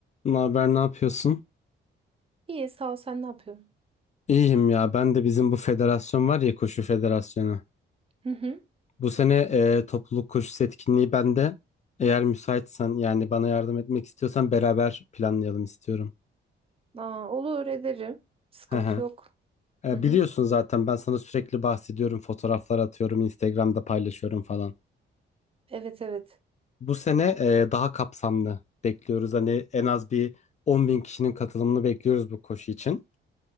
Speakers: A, on the left (about 35°); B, on the right (about 30°).
A: Ne haber, ne yapıyorsun?
B: İyi sağ ol sen ne yapıyorsun?
A: İyiyim ya. Ben de bizim bu federasyon var ya koşu federasyonu.
B: Hı hı.
A: Bu sene e, topluluk koşusu etkinliği bende. Eğer müsaitsen yani bana yardım etmek istiyorsan beraber planlayalım istiyorum.
B: Aa, olur ederim. Sıkıntı
A: Hı hı.
B: yok.
A: E,
B: Hı hı.
A: biliyorsun zaten ben sana sürekli bahsediyorum, fotoğraflar atıyorum, Instagram'da paylaşıyorum falan.
B: Evet evet.
A: Bu sene e, daha kapsamlı bekliyoruz. Hani en az bir 10 bin kişinin katılımını bekliyoruz bu koşu için.